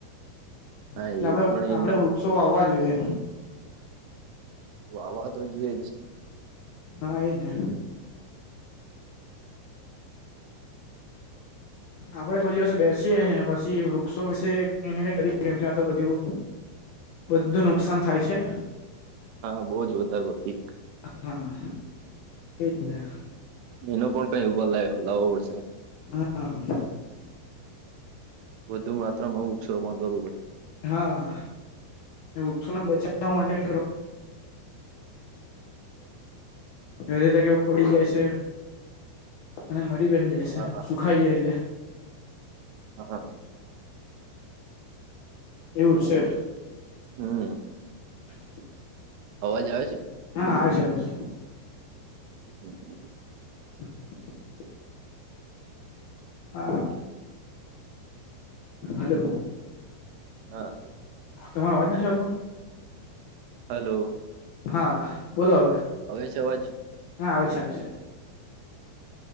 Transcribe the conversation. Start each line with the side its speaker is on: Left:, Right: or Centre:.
Right: હા
Left: ટલે
Right: એ
Left: આપડે
Right: પણ
Left: આપડે
Right: એને
Left: વૃક્ષો વાવવા જોઈએ.
Right: વાવવા તો જોઈએ છે.
Left: હા એઈ જને. આપડે કોઈ દિવસ બેસીએ ને પછી વૃક્ષો વિશે કઈને કઈ કરીએ કેમ કે આ તો બધું. બધું નુકસાન થાય છે.
Right: હા બો જ વધારે પડતી.
Left: હા એ જ ને.
Right: એનો પણ કઈ ઉભા લાય લાવો પડશે.
Left: હા હા.
Right: વધુ માત્રમાં વૃક્ષરોપાણ કરવું પડશે.
Left: હા વૃક્ષોને બચાવવા માટે <unintelligible> એ રી <unintelligible> તકે પડી જાય છે અને મરી બેન જાય છે
Right: હા
Left: સુખાય જાય એટલે
Right: હા
Left: એવું છે.
Right: હમમ
Left: <inaudible>
Right: અવાજ આવે છે?
Left: હા આવેછે આવેછે.
Right: <inaudible>
Left: <inaudible> આ- હલો
Right: હા
Left: તમારો અવાજ નથી આવતો
Right: હલો
Left: હા બોલો હવે -
Right: આવે છે અવાજ
Left: હા આવે છે આવે છે.